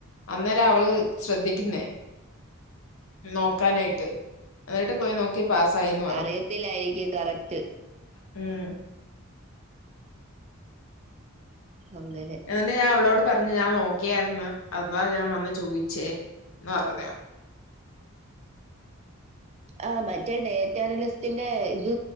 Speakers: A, on the left (about 70°); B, on the right (about 30°).
A: അന്നേരാ അവള് ശ്രദ്ധിക്കുന്നേ. നോക്കാനായിട്ട് എന്നിട്ട് പോയി നോക്കി പാസായി ന്
B: അറിയത്തില്ലായിരിക്കും കറക്റ്റ്.
A: ഉം
B: ഹങ്ങനെ
A: എന്നിട്ട് ഞാൻ അവളോട് പറഞ്ഞ് ഞാൻ നോക്കിയായിരുന്നു അതാ ഞാൻ വന്ന് ചോദിച്ചേ എന്ന് പറഞ്ഞു
B: ആഹ് മറ്റേ ഡേറ്റ നലിസ്റ്റിന്റെ ഇത്